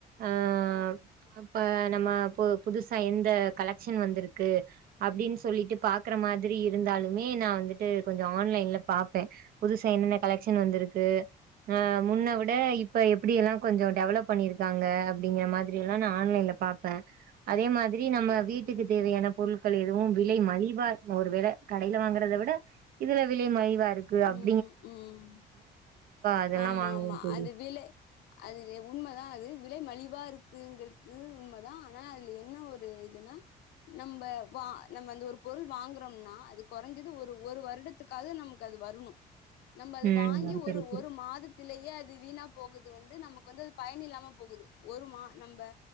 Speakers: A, on the right (about 60°); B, on the left (about 75°).
A: ஆஹ இப்ப நம்ம புதுசா எந்த கலெக்ஷன் வந்திருக்கு அப்படின்னு சொல்லிட்டு பாக்குற மாதிரி இருந்தாலுமே நான் வந்துட்டு கொஞ்சம் ஆன்லைன்ல பார்ப்பேன் புதுச என்னென்ன கலெக்ஷன் வந்திருக்கு முன்ன விட இப்ப எப்படி எல்லாம் கொஞ்சம் டெவலப் பண்ணிருக்காங்க அப்படிங்கிற மாதிரி எல்லாம் நான் ஆன்லைன்ல பாப்பேன் அதே மாதிரி நம்ம
B: ம்
A: வீட்டுக்கு
B: ம்
A: தேவையான பொருட்கள் எதுவும் விலை மலிவா ஒருவேளை கடையில வாங்கறத விட இதுல விலை மலிவாயிருக்கு அப்
B: உம் உம்
A: அதெல்லா
B: ஆமா
A: வாங்குவே
B: ஆமா
A: தோழி
B: அது விலை அது உண்மைதான் அது விலை மலி இருக்குங்கிறது உண்மைதான் ஆனா அதுல என்ன ஒரு இதுனா நம்ம நம்ம அந்த ஒரு பொருள் வாங்கறோம்னா அது குறைஞ்சது ஒரு ஒரு வருடத்துக்காவது நம அது வரணும் நம்ம அது
A: ம்
B: வாங்கி ஒரு
A: கரெக்ட்
B: ஒரு மாதத்திலயே அது வீணா போகுது வந்து நமக்கு வந்து அது பயன் இல்லாம போகுது ஒரு மா நம்ம